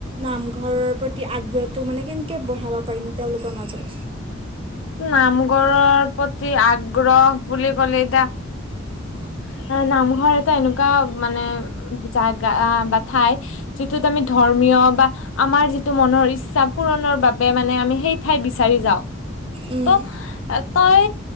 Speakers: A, on the right; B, on the left.
A: নামঘৰৰ প্ৰতি আগ্ৰহটো মানে কেনেকে বঢ়াব পাৰিম তেওঁলোকৰ মাজত
B: নামঘৰৰ প্ৰতি আগ্ৰহ বুলি ক'লে এতিয়া
A: <inaudible>
B: অ' নামঘৰ এটা এনেকুৱা মানে জাগা বা ঠাই যিটোত আমি ধৰ্মী ধৰ্মীয় বা আমাৰ যিটো মনৰ ইচ্ছা পূৰণৰ বাবে মানে আমি সেই ঠাই বিচাৰি যাওঁ।
A: উম,
B: ত' তই